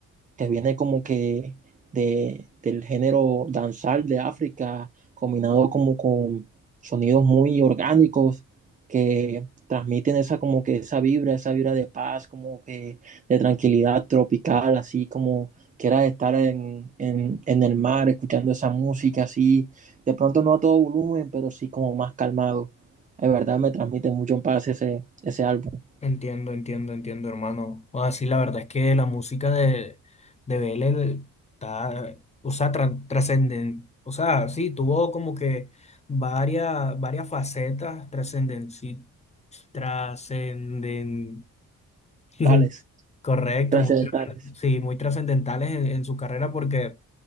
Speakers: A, on the right; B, on the left.
A: que viene como que de, del género danzal de África, combinado como con sonidos muy orgánicos que transmiten esa como que esa vibra, esa vibra de paz, como que de tranquilidad tropical, así como que era estar en, en, en el mar escuchando esa música así, de pronto no a todo volumen, pero sí como más calmado. de verdad me transmite mucho en paz ese, ese álbum,
B: Entiendo, entiendo, entiendo, hermano. O así la verdad es que la música de, de BL está, o sea, tra- trascenden, o sea, sí, tuvo como que varias, varias facetas trascenden, sí, trascenden, <laughs>
A: tales,
B: correcto,
A: trascendentales.
B: muy, trascen- sí, muy trascendentales en en su carrera porque